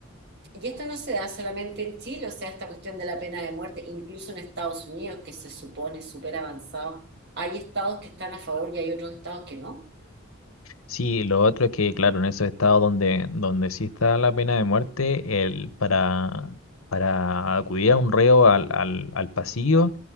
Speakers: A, on the right; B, on the left.
A: y esto no se da solamente en Chile, o sea, esta cuestión de la pena de muerte, incluso en Estados Unidos, que se supone súper avanzado, hay estados que están a favor y hay otros estados que no.
B: Sí, lo otro es que, claro, en esos estados donde, donde sí está la pena de muerte, el, para, para acudir a un reo al, al, al pasillo,